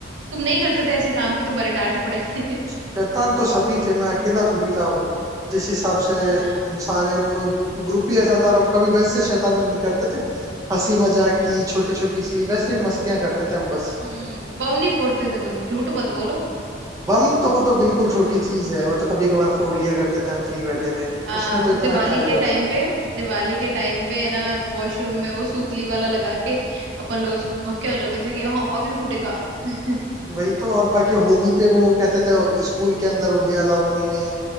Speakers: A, on the right (about 85°); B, on the right (about 20°).
A: तुम नहीं करते थे ऐसे काम कि तुम्हारे डांट पड़े <laughs>
B: शैतान तो सभी थे मैं अकेला थोड़ी था अब जिस हिसाब से
A: हाँ
B: हम सारे ग्रुप ही ऐसा था और हम कभी वैसे शैतानी नहीं करते थे हंसी मजाक की छोटी छोटी सी वैसे मस्तियां करते थे हम बस
A: हम्म बम नहीं फोड़ते थे तुम झूठ मत बोलो
B: बम तो वो तो बिल्कुल छोटी चीज है वो तो कभी कभार फोड़ लिया करते थे हम फ्री बैठे हुए
A: हाँ
B: उसमें तो इतना
A: दिवाली
B: क्या
A: के
B: लोड
A: टाइम
B: है
A: पे दिवाली के टाइम पे है ना वॉशरूम में वो सूतली वाला लगा के अपन लोग ऐसे भौंके हो जाते थे कि हाँ अभी फूटेगा <laughs>
B: वही तो और बाकी होली पे वो कहते थे स्कूल के अंदर होली अलाउड नहीं है